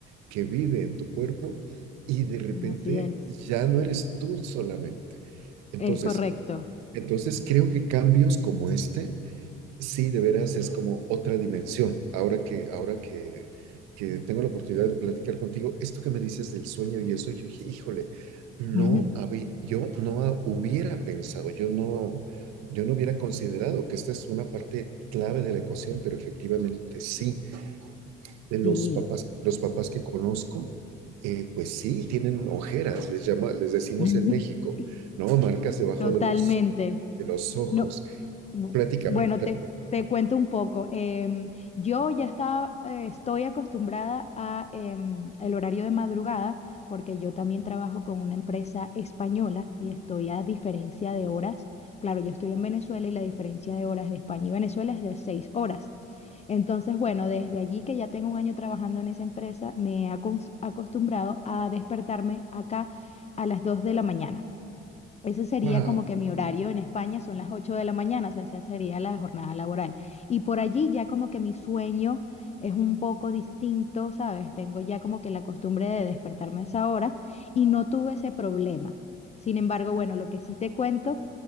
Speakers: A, on the right; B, on the left.
A: que vive en tu cuerpo y de repente
B: así es.
A: ya no eres tú solamente. Entonces,
B: Es correcto.
A: entonces creo que cambios como este Sí, de veras es como otra dimensión. Ahora que, ahora que, que tengo la oportunidad de platicar contigo, esto que me dices del sueño y eso, yo dije, híjole, no
B: <laughs>
A: había, yo no ha- hubiera pensado, yo no, yo no hubiera considerado que esta es una parte clave de la ecuación, pero efectivamente sí, de los
B: Sí,
A: papás, los papás que conozco, eh, pues sí, tienen ojeras, les llama, les decimos
B: <laughs>
A: en México, ¿no? Marcas debajo
B: totalmente.
A: de los, de los ojos.
B: No, bu-
A: Platícame,
B: bueno,
A: platícame.
B: te, te cuento un poco. Em, yo ya estaba, eh, estoy acostumbrada a em, el horario de madrugada porque yo también trabajo con una empresa española y estoy a diferencia de horas. Claro, yo estoy en Venezuela y la diferencia de horas de España y Venezuela es de seis horas. Entonces, bueno, desde allí que ya tengo un año trabajando en esa empresa, me he acos- acostumbrado a despertarme acá a las dos de la mañana. Ese sería
A: Wow.
B: como que mi horario en España son las 8 de la mañana, o sea, esa sería la jornada laboral. Y por allí ya como que mi sueño es un poco distinto, ¿sabes? Tengo ya como que la costumbre de despertarme a esa hora y no tuve ese problema. Sin embargo, bueno, lo que sí te cuento